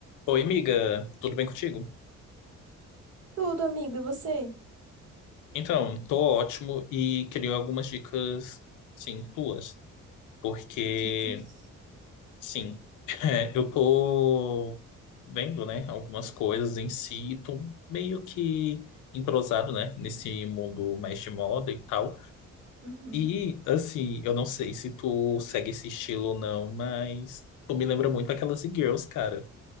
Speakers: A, on the left; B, on the right.
A: Oi, amiga, tudo bem contigo?
B: Tudo, amigo, e você?
A: Então, tô ótimo e queria algumas dicas, sim, tuas, porque,
B: Dicas.
A: sim, <laughs> é, eu tô vendo, né, algumas coisas em si e tô meio que entrosado, né, nesse mundo mais de moda e tal.
B: Uhum.
A: E, assim, eu não sei se tu segue esse estilo ou não, mas tu me lembra muito aquelas e-girls, cara.